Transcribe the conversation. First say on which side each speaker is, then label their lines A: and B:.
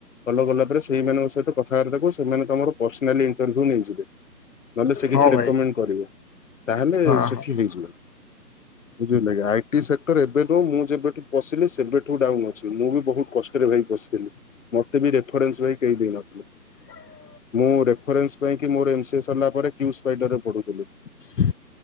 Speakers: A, on the left (about 50°); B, on the left (about 70°).
A: ଫଲୋ କଲା ପରେ ସେଇମାନଙ୍କ ସହିତ କଥାବାର୍ତାକୁ ସେମାନେ ତମର ପର୍ସନାଲି ଇଣ୍ଟରଭ୍ୟୁ ନେଇଯିବେ। ନହେଲେ ସେ କିଛି
B: ହଁ ଭାଇ
A: ରେକୋମେଣ୍ଡ କରିବେ ତାହଲେ
B: ହଁ
A: ସେଠି
B: ହଁ
A: ହେଇଯିବ ବୁଝିହେଲାକି ଆଇଟି ସେକ୍ଟର ଏବେ ନୁହଁ। ମୁଁ ଯେବେଠୁ ପଶିଲି ସେବେଠୁ ଡାଉନ ଅଛି ମୁଁ ବି ବହୁତ କଷ୍ଟ ରେ ଭାଇ ପଶି। ମତେ ବି ରେଫରେନ୍ସ ଭାଇ କେହି ଦେଇ ନଥିଲେ।
B: ହଁ
A: ମୁଁ ରେଫରେନ୍ସ ପାଇଁକ ମୋର ଏମ ସି ଏସ୍ ହେଲା ପରେ କ୍ୟୁ ସ୍ପାଇଡର ରେ ପଢ଼ୁଥିଲି।
B: ହ